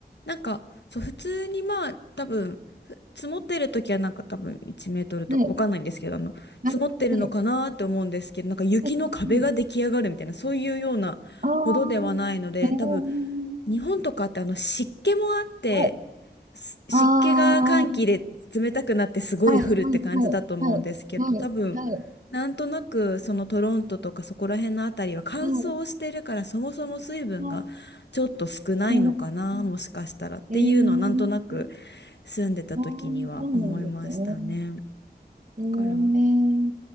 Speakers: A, on the left; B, on the right.
A: なんか、そう、普通にまあ、多分、ふ積もってる時はなんか多分1メートルとかわかんないんですけど、
B: はい、
A: あの、
B: はい、
A: 積もってるのかなって思うんですけど、
B: はい。
A: なんか雪の壁が出来上がるみたいな、
B: はいうん、
A: そういうようなほどではないので、
B: ああ、えー、
A: 多分、日本とかってあの湿気もあって、
B: はい、
A: す湿気が寒気で冷たくなってすごい降るって感じだと思うんですけど多分
B: ああ、はい、はい、はい、はい、はい、はい、
A: なんとなくそのトロントとかそこら辺のあたりは乾燥してるからそもそも水分がちょっと少ないのかなもしかしたらっていうのはなんとなく
B: はい、あーなるほど。えー、
A: 住んでた時には思いましたね。
B: ああ、そうなんですね。
A: だ
B: えー、
A: から